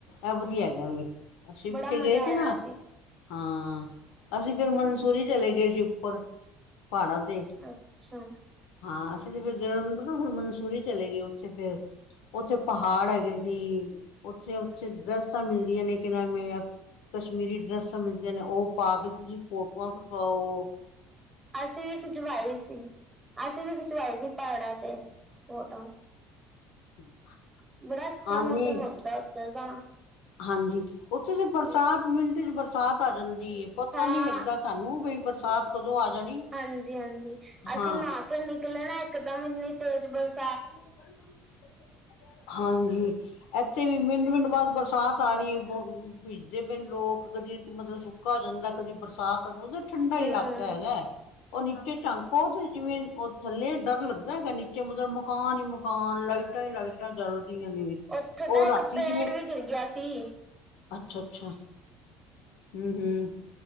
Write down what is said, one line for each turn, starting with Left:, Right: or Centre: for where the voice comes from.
Left: ਇਹ ਵਧੀਆ ਗਾ ਵੀ ਅਸੀਂ
Right: ਬੜਾ
Left: ਪਿੱਛੇ
Right: ਮਜ਼ਾ
Left: ਗਏ ਸੀ
Right: ਆਇਆ
Left: ਨਾ, ਹਾਂ, ਅਸੀਂ ਫਿਰ ਮਨਸੂਰੀ ਚਲੇ ਗਏ ਸੀ, ਉੱਪਰ ਪਹਾੜਾਂ ਤੇ
Right: ਅੱਛਾ,
Left: ਹਾਂ, ਅਸੀਂ ਤੇ ਫਿਰ ਜਲ ਤੋਂ ਨਾ ਫਿਰ ਮਨਸੂਰੀ ਚਲੇ ਗਏ, ਉੱਥੇ ਫਿਰ ਉੱਥੇ ਪਹਾੜ ਹੈਗੇ ਸੀ, ਉੱਥੇ-ਉਥੇ ਡਰਸਾਂ ਮਿਲਦੀਆਂ ਨੇ ਕਿ ਨਵੇਂ ਕਸ਼ਮੀਰੀ ਡਰੈਸ ਮਿਲਦੀਆਂ ਨੇ, ਉਹ ਪਾ ਕੇ ਤੁਸੀਂ ਫੋਟੋਆਂ ਖਚਾਓ।
Right: ਅਸੀਂ ਵੀ ਖਿਚਵਾਈ ਸੀ, ਅਸੀਂ ਵੀ ਖਿਚਵਾਈ ਸੀ, ਪਹਾੜਾਂ ਤੇ ਫੋਟੋ
Left: <unintelligible>
Right: ਬੜਾ ਅੱਛਾ
Left: ਆਨੇ
Right: ਮੌਸਮ ਹੁੰਦਾ ਉੱਧਰ ਦਾ
Left: ਹਾਂਜੀ! ਉੱਥੇ ਤੇ ਬਰਸਾਤ ਮਿੰਟ ਚ, ਬਰਾ ਬਰਸਾਤ ਆ ਜਾਂਦੀ। ਪਤਾ
Right: ਹਾਂ
Left: ਨੀ ਲੱਗਦਾ ਸਾਨੂੰ ਬਈ ਬਰਸਾਤ ਕਦੋਂ ਆ ਜਾਣੀ।
Right: ਹਾਂਜੀ -ਹਾਂਜੀ
Left: ਹਾਂ
Right: ਨਾਹਾ ਕੇ ਨਿਕਲੇ ਨਾ ਇਕਦਮ, ਇੰਨੀ ਤੇਜ਼ ਬਰਸ
Left: <inaudible> ਹਾਂਜੀ। ਇੱਥੇ ਵੀ ਮਿੰਟ -ਮਿੰਟ ਬਾਅਦ ਬਰਸਾਤ ਆ ਰਹੀ ਹੈ। ਬ ਬੀਜਦੇ ਪਏ ਲੋਕ ਕਦੀ ਮਤਲਬ ਸੁੱਕਾ ਹੋ ਜਾਂਦਾ ਕਦੀ ਬਰਸਾਤ ਆ ਉਹਦੇ ਠੰਡਾ
Right: ਹੂੰ-ਹੂੰ
Left: ਇਲਾਕਾ ਹੈਗਾ। ਉਹ ਨੀਚੇ ਝੰਕੋ ਤੇ ਜਿਵੇਂ ਉਹ ਥੱਲੇ ਡਰ ਲੱਗਦਾ ਹੈਗਾ। ਨੀਚੇ ਮਤਲਬ ਮਕਾਨ ਹੀ ਮਕਾਨ ਲਾਈਟਾਂ ਹੀ ਲਾਈਟਾਂ ਚੱਲਦੀਆਂ ਨੇ
Right: ਉੱਥੇ
Left: ਉਹ
Right: ਤਾਂ
Left: ਰਾਤੀ
Right: ਇੱਕ ਪੇੜ
Left: ਜਿਵੇਂ
Right: ਵੀ ਗਿਰ ਗਿਆ ਸੀ।
Left: ਅੱਛਾ -ਅੱਛਾ! ਹਮ-ਹਮ